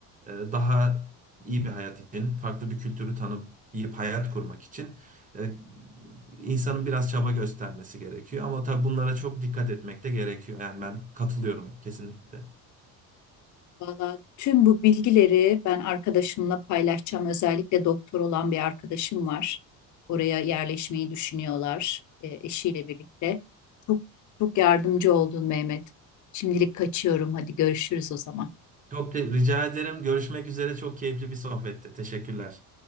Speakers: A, on the right (about 20°); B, on the left (about 50°).
A: e, daha iyi bir hayat için, farklı bir kültürü tanıp iyi bir hayat kurmak için e, insanın biraz çaba göstermesi gerekiyor. Ama tabii bunlara çok dikkat etmek de gerekiyor. Yani ben katılıyorum kesinlikle.
B: Valla tüm bu bilgileri ben arkadaşımla paylaşacağım. Özellikle doktor olan bir arkadaşım var. Oraya yerleşmeyi düşünüyorlar e, eşiyle birlikte. Çok çok yardımcı oldun Mehmet. Şimdilik kaçıyorum. Hadi görüşürüz o zaman.
A: Çok te- rica ederim. Görüşmek üzere. Çok keyifli bir sohbetti. Teşekkürler.